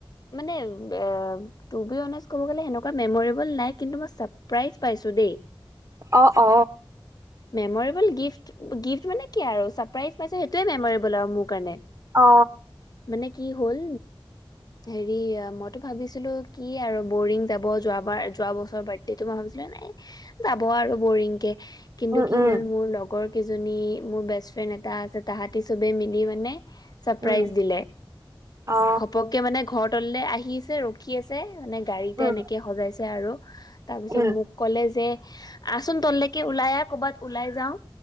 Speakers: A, on the left; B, on the right.
A: মানে তেনেকে কবলে গলে হেনে কোৱা মেমৰেবল নাই কিন্তু ছাৰপ্ৰাইজ পাইছোঁ। দেই
B: অ অ
A: মেমৰেবল গিফ্ট গিফ্ট মানে কি আৰু ছাৰপ্ৰাইজ পাইছে সেইটোৱে মেমৰেবল আৰু মোৰ কাৰণে।
B: অ
A: মানে কি হ'ল? হেৰি মইতো ভাবিছিলো কি আৰু বৰিং যাব যোৱাবাৰ যোৱা বছৰ বাদডো মই ভাব ব ন যাব আৰু বৰিং কে <unintelligible> কিন্তু
B: উম
A: কি
B: উম
A: হ'ল মোৰ লগৰ কেইজনী মোৰ বেষ্ট ফ্ৰেণ্ড এটা আছে তাহাঁতি চবে মিলি মানে চাপৰাইচ
B: উম
A: দিলে
B: অ
A: ঘপককে মানে ঘৰতললে আহ আহিছে ৰখি আছে মানে গাড়ীতে
B: উম
A: এনেকে সজাইছে আৰু তাৰ পিছত
B: উম
A: মোক ক'লে যে আচোন তললৈকে ওলাই আহ কৰ'বাত ওলাই যাও